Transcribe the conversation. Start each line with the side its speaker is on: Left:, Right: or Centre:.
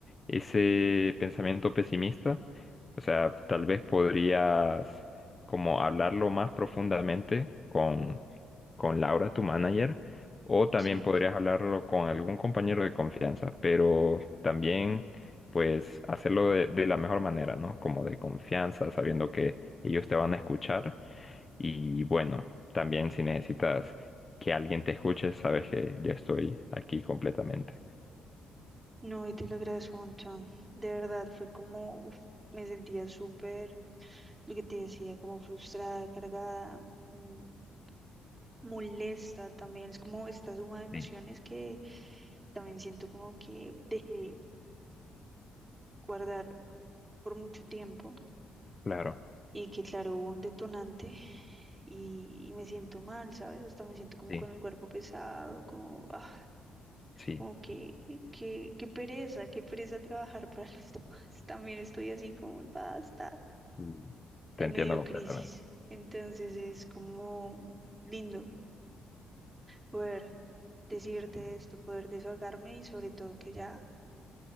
Left: ese pensamiento pesimista. O sea, tal vez podrías como hablarlo más profundamente con con Laura, tu manager, o también
Right: sí.
Left: podrías hablarlo con algún compañero de confianza, pero
Right: ujú.
Left: también pues hacerlo de, de la mejor manera, ¿no? Como de confianza, sabiendo que ellos te van a escuchar y bueno, también si necesitas que alguien te escuche, sabes que yo estoy aquí completamente.
Right: No, y te lo agradezco un montón. De verdad, fue como, uf, me sentía súper, lo que te decía, como frustrada, cargada, mm, molesta también. Es como esta suma de emociones
Left: Sí.
Right: que también siento como que dejé guardar por mucho tiempo
Left: Claro,
Right: y que claro, hubo un detonante y, y me siento mal, ¿sabes? Hasta me siento como
Left: sí,
Right: con el cuerpo pesado, como... ah.
Left: sí,
Right: Como que, que, qué pereza, qué pereza trabajar para <laughs> los demás. También estoy así como, basta,
Left: y te
Right: en
Left: entiendo
Right: medio
Left: completamente.
Right: crisis. Entonces es como lindo poder decirte esto, poder desahogarme y sobre todo que ya